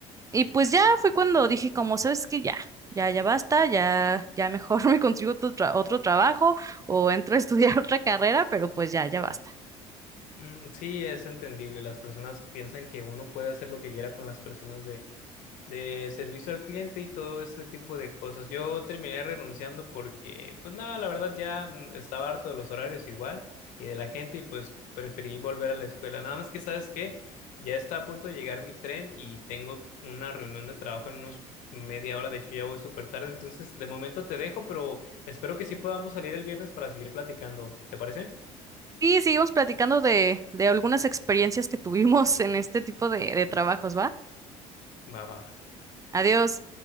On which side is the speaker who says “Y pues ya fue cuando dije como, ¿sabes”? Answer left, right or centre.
Right